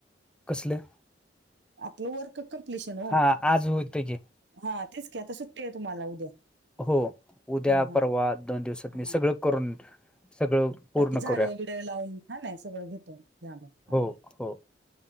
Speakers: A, in the centre; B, on the right.
A: कसलं.
B: आपलं वर्क क्प्लीशन हो.
A: हा आज होतं की
B: हा तेच ख्या आता सुट्टी आहे तुम्हाला उद्या.
A: हो उद्या
B: हा हा
A: परवा
B: हा,
A: दोन दिवसात
B: हा
A: म
B: हा.
A: सगळं करून सगळं. पूर्ण
B: बाकी झाडं
A: करूया
B: बड लावून हा नाही सगळं घेतो घ्या ब हा.
A: हो हो